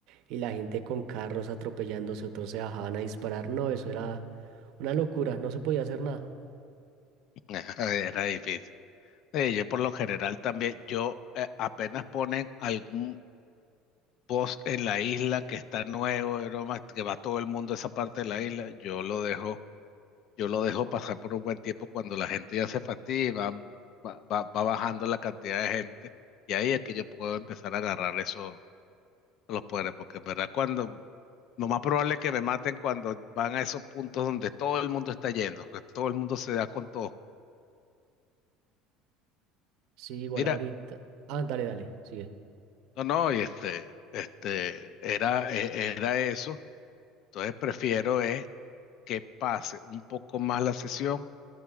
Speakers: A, on the right; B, on the left.
A: Y la gente con carros atropellándose, otros se bajaban a disparar. No, eso era una locura, no se podía hacer nada.
B: <laughs> Era difícil. Sí, yo por lo general también, yo eh, apenas ponen algún post en la isla que está nuevo, y broma, que va todo el mundo a esa parte de la isla, yo lo dejo, yo lo dejo pasar por un buen tiempo cuando la gente ya se fastidia y va, va, va- va bajando la cantidad de gente. Y ahí es que yo puedo empezar a agarrar esos los poderes, porque en verdad cuando lo más probable es que me maten cuando van a esos puntos donde todo el mundo está yendo, que todo el mundo se da con todo.
A: Sí, igual
B: Mira,
A: ahorita. Ah, dale, dale, sigue.
B: no, no, y este, este, era, e- era eso. Entonces prefiero es que pase un poco más la sesión